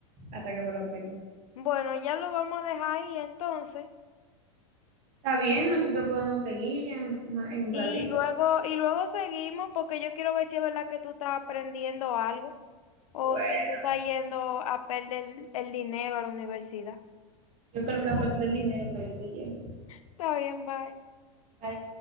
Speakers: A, on the right; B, on the left.
A: hasta que me lo aprendí.
B: bueno, ya lo vamos a dejar ahí entonces.
A: Está bien, nosotros podemos seguir en, ma- en un
B: Y
A: ratito.
B: luego, y luego seguimos porque yo quiero ver si es verdad que tú estás aprendiendo algo o
A: Bueno,
B: si tú estás yendo a perder el dinero a la universidad.
A: yo creo que aparte
B: <laughs>
A: el dinero que yo estoy yendo.
B: Está bien, bye.
A: Bye.